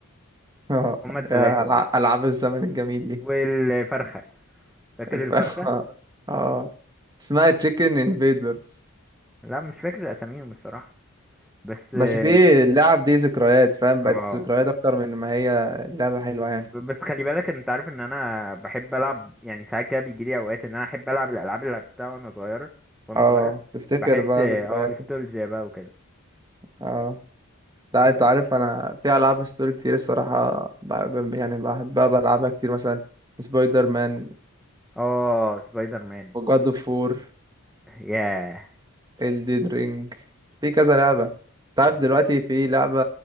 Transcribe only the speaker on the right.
<laughs> آه.
يا ألع-
ألعاب الزمن الجميل دي
الف...
<laughs> اه اسمها تشيكن انفيدرز
بس
في اللعب دي ذكريات فاهم بقت
ذكريات أكتر من ما هي لعبة حلوة يعني
اه
تفتكر
بقى
ذكرياتك
اه لا
انت عارف انا في العاب ستوري كتير الصراحه بحب يعني بحبها بلعبها كتير مثلا سبايدر مان
جاد اوف وور
الدين رينج في كذا لعبة تعرف
دلوقتي في لعبة